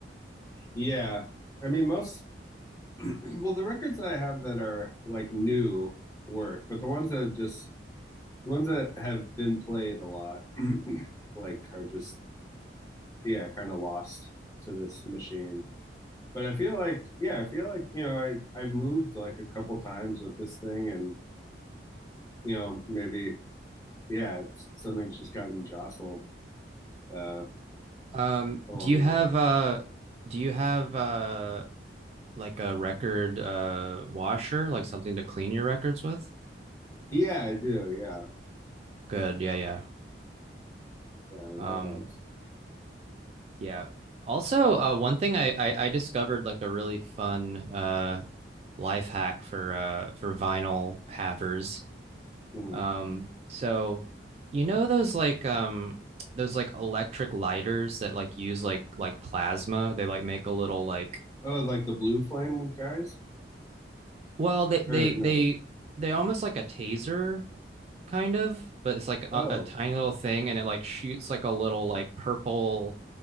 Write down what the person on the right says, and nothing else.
Um
do you have
uh do you have uh like a record uh washer, like something to clean your records with?
Good. Yeah, yeah.
Um
Yeah. Also, uh, one thing I, I I discovered like a really fun uh life hack for uh for vinyl havers.
Um, so you know those like um those like electric lighters that like use like like plasma. They like make a little like
well they
they
they they almost like a taser kind of, but it's like a,
a tiny little thing and it like shoots like a little like purple